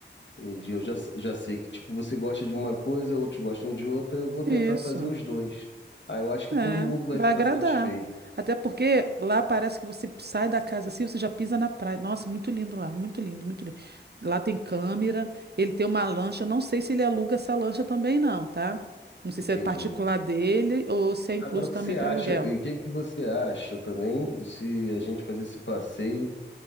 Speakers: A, on the left; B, on the right.
A: Entendi. Eu já, já sei que, tipo, você gosta de uma coisa, outros gostam de outra, eu vou
B: Isso.
A: tentar fazer os dois. Aí eu acho que
B: É,
A: todo mundo vai
B: vai
A: ficar
B: agradar.
A: satisfeito.
B: Até porque lá parece que você sai da casa assim, você já pisa na praia. Nossa, muito lindo lá, muito lindo, muito lindo. Lá tem câmera, ele tem uma lancha, não sei se ele aluga essa lancha também não, tá? Não sei
A: Entendi.
B: se é particular dele ou se é incluso
A: Agora, o
B: também
A: que você
B: para
A: acha?
B: aluguel.
A: E o que que você acha também se a gente fazer esse passeio